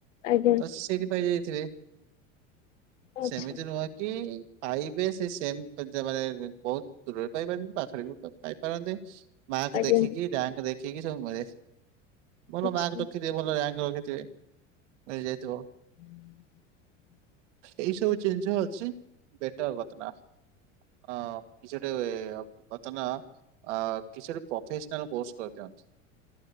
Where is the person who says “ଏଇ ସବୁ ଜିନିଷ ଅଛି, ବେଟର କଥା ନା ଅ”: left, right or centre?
Right